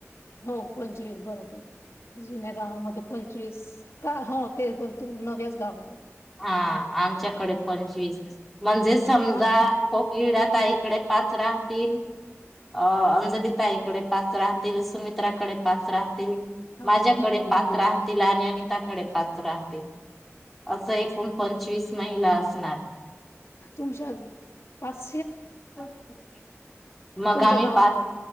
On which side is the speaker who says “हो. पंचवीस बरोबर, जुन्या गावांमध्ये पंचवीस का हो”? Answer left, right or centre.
Left